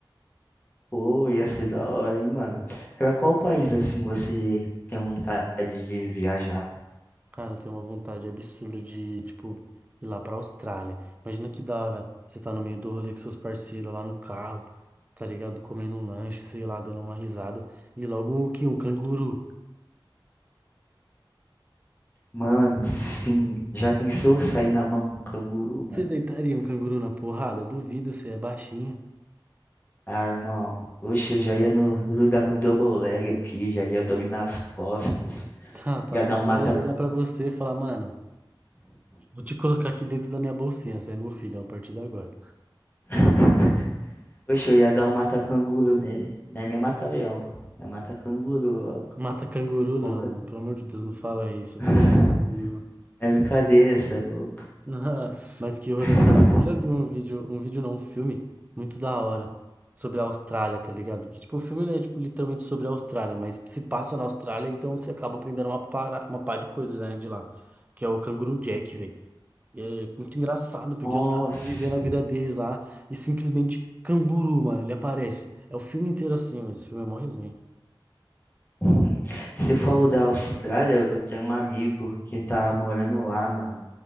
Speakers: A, on the left; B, on the right.
A: Pô, ia ser da hora, hein, mano. Pra qual país assim você tem vontade de viajar?
B: Cara, eu tenho uma vontade absurda de, tipo, ir lá pra Austrália. Imagina que da hora você tá no meio do rolê com seus parceiros lá no carro, tá ligado? Comendo um lanche, sei lá, dando uma risada. E logo o que? Um canguru.
A: Mano, sim. Já pensou sair na mão com um canguru, mano?
B: Você deitaria um canguru na porrada? Duvido, você é baixinho.
A: Ah, irmão. Oxe, eu já ia no no lugar no double leg aqui, já ia dominar as costas.
B: <laughs> Tá, tá
A: Ia
B: bom.
A: dar um
B: Ele
A: mata.
B: ia olhar pra você e falar, mano, vou te colocar aqui dentro da minha bolsinha, você é meu filho, ó, a partir de agora.
A: <laughs> Oxe, eu ia dar um mata canguru nele. Não é nem mata leão. É mata canguru, ó.
B: Mata canguru, não,
A: Porra.
B: mano. Pelo amor de Deus, não fala isso, vai
A: <laughs>
B: ter canguru.
A: É brincadeira, cê é louco.
B: Ah, Mas que rolê
A: <laughs>
B: da hora. Eu já vi um vídeo, um vídeo não, um filme muito da hora sobre a Austrália, tá ligado? Que tipo, o filme não é tipo, literalmente sobre a Austrália, mas se passa na Austrália, então você acaba aprendendo uma para, uma pá de coisas, né, de lá. Que é o Canguru Jack, velho. E é muito engraçado, porque
A: Nossa,
B: os caras estão vivendo a vida deles lá e simplesmente canguru, mano, ele aparece. É o filme inteiro assim, mas esse filme é mó resenha.
A: <laughs> hum, você falou da Austrália, eu tenho um amigo que tá morando lá, mano,